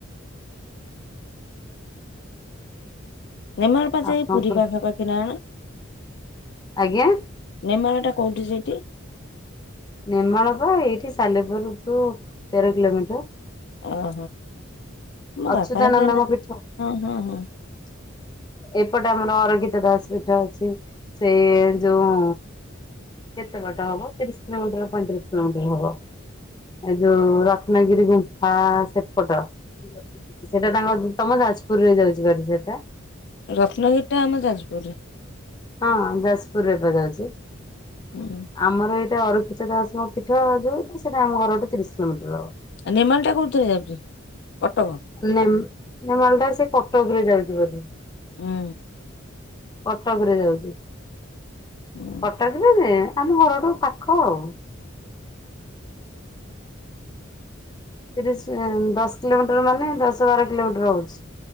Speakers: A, on the left; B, on the left.
A: ରେମାଳପା ଜାଇ
B: ଆପଣଙ୍କର
A: ପୁରୀ ପାଖା ପାାଖିନା କଣ?
B: ଆଜ୍ଞା।
A: ରେମାଳଟା କୋଉଠି ସେଟି।
B: ରେମାଳପା ଏଇଠି ସାଲେପୁର ଟୁ ତେର କିଲୋମିଟର।
A: ଅହ ମୋ
B: ଅଚ୍ୟୁତାନନ୍ଦଙ୍କ
A: ବାପା ହେରିକା ଏଇନା
B: ପୀଠ
A: ହଁ ହଁ ହଁ।
B: <inaudible> ଏପଟେ ଆମର ଅରପିତ ଦାସ ପିଠ ଅଛି ସେଇ ଯୋଉ। କେତେ ବାଟହବ ତିରିଶ କିଲୋମିଟର ପଇତିରିଶ କିଲୋମିଟର ହବ। ଏ ଯୋଉ ରତ୍ନଗିରି ଗୁମ୍ଫା ସେପଟ ସେଟା ତାଙ୍କ ତମ ଯାଜପୁରରେ ଯାଉଛି ବାଲିଯାତ୍ରା।
A: ରତ୍ନଗିରିଟା ଆମ ଯାଜପୁରେ
B: ହଁ ଯାଜପୁରରେ ଯାଉଚି।
A: ଉୁଁ।
B: ଆମର ଏଇଟା ଅରଖିତ ଦାସଙ୍କ ପୀଠ ଯୋଉ ସେଇଟା ଆମ ଘର ଗୋଟେ ତିରିଶ କିଲୋମିଟର ହବ।
A: ନେମାଲଟା କେଉଁଥିରେ ଯାଉଛି କଟକ?
B: ନେ ନେମାଲଟା ସେ କଟକରେ ଯାଉଛି ବୋଧେ।
A: ଉୁଁ।
B: କଟକରେ ଯାଉଛି
A: ହୁଁ
B: କଟକରେ ଆମ ଘରଠୁ ପାଖ ଆଉ। ତିରିଶ ଦଶ କିଲୋମିଟର ମାନେ ଦଶ ବାର କିଲୋମିଟର ହଉଛି।